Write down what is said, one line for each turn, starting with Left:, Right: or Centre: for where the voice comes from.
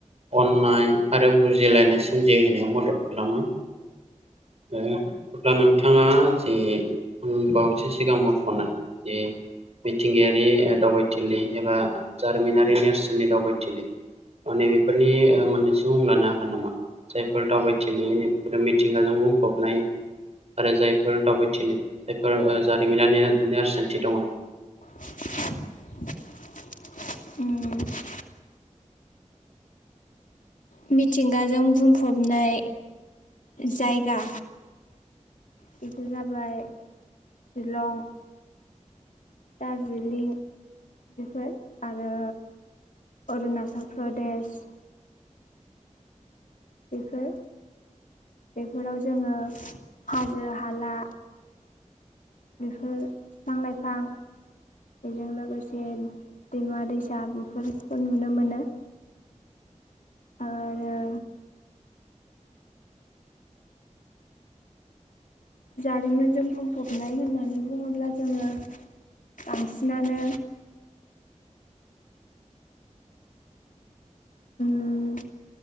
Right: अननाय आरो बुजिलायनाय सोमजिहोनायाव मदद खालामो। ओ अब्ला नोंथाङा जि बावैसो सिगां म' ख'नाय जे मिथिंगायारि ओ दावबायथिलि एबा जारिमिनारि नेरसोननि दावबायथिलि माने बेफोरनि ओ मोननैसो मुं लानो हागोन नामा? जायफोर दावबायथिलि नै बेफोरो मिथिंगाजों बुंफबनाय आरो जायफोर दावबायथिलि जायफोर ओ जारिमिनारि नेरसोनथि दङ'।
Left: उम मिथिंगाजों बुंफबनाय जायगा बेफोर जाबाय शिलं दार्जिलिं बेफोर आरो अरुणाचल प्रदेश बेफोर बेफोराव जोङो हाजो हाला बेफोर बिफां लाइफां बेजों लोगोसे दैमा दैसा बेफोरखौ नुनो मोनो। आरो जारिमिनजों बुंफबनाय होननानै बुङोब्ला जोङो बांसिनानो उम